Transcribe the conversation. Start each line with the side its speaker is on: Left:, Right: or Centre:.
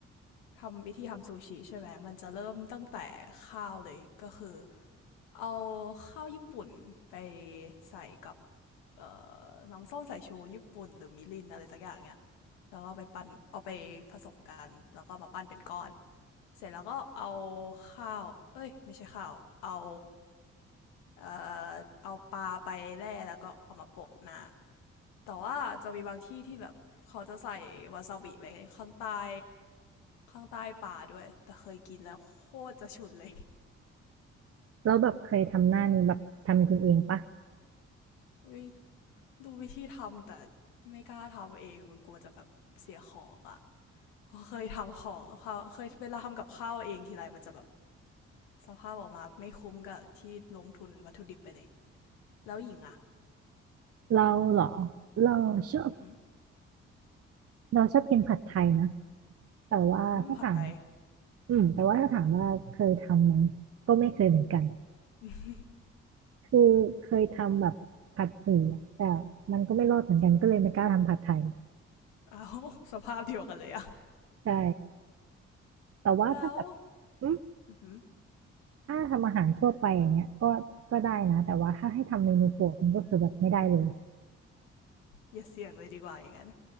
Left: ทำวิธีทำซูชิใช่ไหมมันจะเริ่มตั้งแต่ข้าวเลยก็คือเอาข้าวญี่ปุ่นไปใส่กับเอ่อน้ำส้มสายชูญี่ปุ่นหรือมิรินอะไรสักอย่างเนี้ยแล้วก็ไปปั้นเอาไปผสมกันแล้วก็มาปั้นเป็นก้อน เสร็จแล้วก็เอาข้าวเอ้ยไม่ใช่ข้าว เอา เอ่อเอาปลาไปแล่แล้วก็เอามาโปะหน้าแต่ว่าจะมีบางที่ที่แบบเขาจะใส่วาซาบิไว้ข้างใต้ ข้างใต้ป่าด้วยแต่เคยกินแล้วโคตรจะฉุนเลย
Right: แล้วแบบเคยทำหน้านี้แบบทำกินเองปะ
Left: อุ้ยดูวิธีทำแต่ไม่กล้าทำเองมันกลัวจะแบบเสียของอะ่ะเคยทำของเเคยเวลาทำกับข้าวเองทีไรมันจะแบบสภาพออกมาไม่คุ้มกับที่ลงทุนวัตถุดิบไปเลยแล้วหญิงอะ่ะ
Right: เราเหรอเราชอบ
Left: อื
Right: เราชอบกินผัดไทยนะแต่ว่าถ้าถาม
Left: มผัดไทย
Right: อืมแต่ว่าถ้าถามว่าเคยทำไหมก็ไม่เคยเหมือนกัน
Left: <laughs>
Right: คือเคยทำแบบผัดหมี่อะแต่มันก็ไม่รอดเหมือนกันก็เลยไม่กล้าทำผัดไทย
Left: เอาสภาพเดียวกันเลยอะ
Right: ใช่แต่ว่าถ้าแบบ
Left: แล้ว
Right: อืม
Left: อือ
Right: ถ้าทำอาหารทั่วไปอย่างเงี้ยก็ก็ได้นะแต่ว่าถ้าให้ทำเมนูโปรดมันก็คือแบบไม่ได้เลย
Left: มอย่าเสี่ยงเลยดีกว่าอย่างนั้น